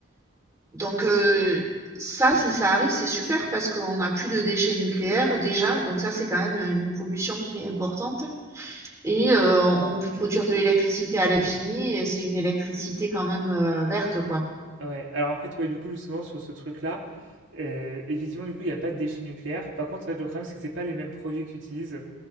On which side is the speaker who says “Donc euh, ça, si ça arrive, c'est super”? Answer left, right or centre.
Right